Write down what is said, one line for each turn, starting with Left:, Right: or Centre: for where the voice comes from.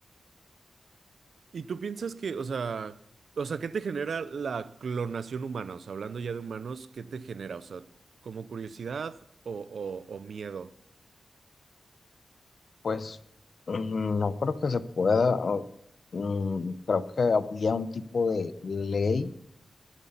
Right: ¿Y tú piensas que, o sea, o sea, qué te genera la clonación humana? O sea, hablando ya de humanos, ¿qué te genera? O sea, ¿como curiosidad o, o, o miedo?
Left: pues mm, no creo que se pueda. o, mm, creo que había un tipo de ley